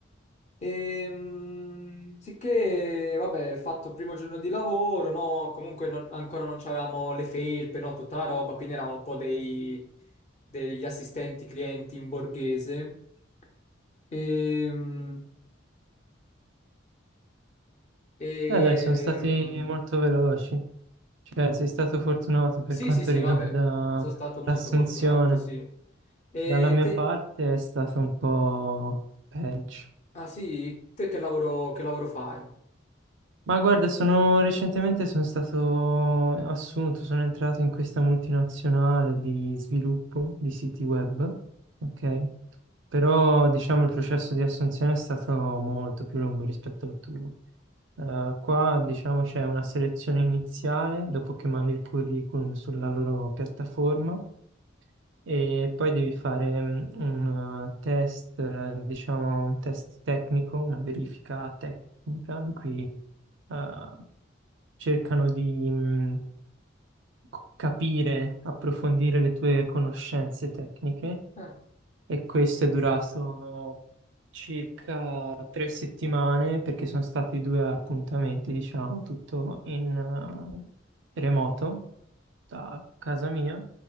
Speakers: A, on the left (about 35°); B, on the right (about 70°).
A: Ehm, sì che, vabbè, ho fatto il primo giorno di lavoro, no? Comunque non- ancora non avevamo le felpe, no? Tutta la roba, quindi eravamo un po' dei, degli assistenti clienti in borghese. Ehm, Ehm,
B: Beh, dai, sono stati molto veloci. Cioè, sei stato fortunato per
A: Sì,
B: quanto
A: sì, sì,
B: riguarda
A: vabbè, sono stato molto
B: l'assunzione.
A: fortunato, sì. E
B: Dalla mia
A: te,
B: parte è stato un po' peggio.
A: ah sì, te che lavoro, che lavoro fai?
B: Ma guarda, sono recentemente sono stato assunto, sono entrato in questa multinazionale di sviluppo di siti web, ok? Però diciamo il processo di assunzione è stato molto più lungo rispetto al tuo. Eh, qua diciamo c'è una selezione iniziale dopo che mandi il curriculum sulla loro piattaforma e poi devi fare mm, un eh, test, eh, diciamo un test tecnico, una verifica tecnica in cui eh, cercano di mm, co- capire, approfondire le tue conoscenze tecniche
A: Ah,
B: e questo è durato circa tre settimane perché sono stati due appuntamenti, diciamo, tutto in eh, remoto a casa mia